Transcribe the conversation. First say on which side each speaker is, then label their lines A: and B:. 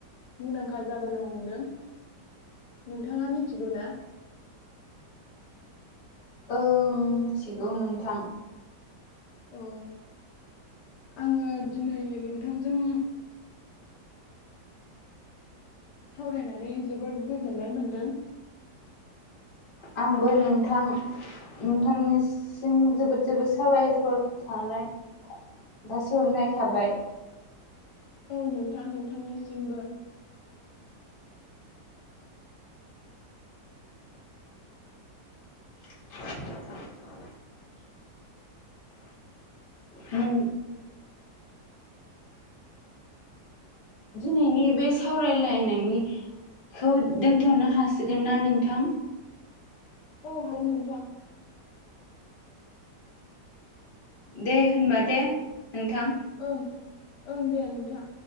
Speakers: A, on the left; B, on the left.
A: मुंदांखा जाबोनो हमदों। नोंथाङा मिथिगौ ना?
B: ओं मिथिगौ नोंथां।
A: अ आङो दिनै नोंथांजों सावरायनानै जोबोद गोजोननाय मोनदों।
B: आंबो नोंथां नोंथांनिसिम जोबोद जोबोद साबायखर थानाय जासि हरनाय थाबाय।
A: औ नोंथां नोंथांनिसिमबो।
B: <inaudible> नि दिनैनि बे सावरायलायनायनिखौ दोनथ'नो हासिगोन ना नोंथां?
A: औ हागोन नोंथां।
B: दे होनबा दे नोंथां।
A: ओं ओं दे नोंथां।